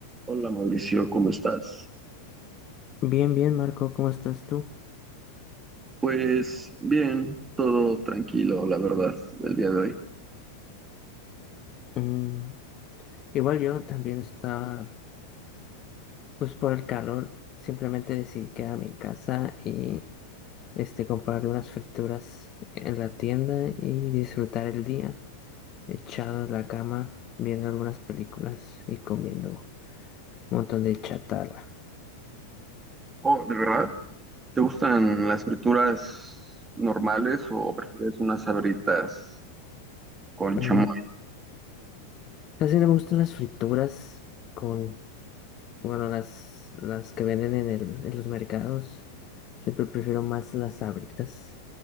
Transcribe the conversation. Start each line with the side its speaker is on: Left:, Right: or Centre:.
Right: Hola Mauricio, ¿cómo estás?
Left: Bien, bien, Marco, ¿cómo estás tú?
Right: Pues bien, todo tranquilo, la verdad, el día de hoy.
Left: Mm, igual yo también estaba, pues por el calor, simplemente decidí quedarme en casa y este, comprar unas frituras en la tienda y disfrutar el día, echado en la cama, viendo algunas películas y comiendo un montón de chatarra.
Right: Oh, ¿de verdad? ¿Te gustan las frituras normales o prefieres unas sabritas con
Left: Mm,
Right: chamoy?
Left: Casi no me gustan las frituras con Bueno, las, las que venden en el, en los mercados. Siempre prefiero más las Sabritas.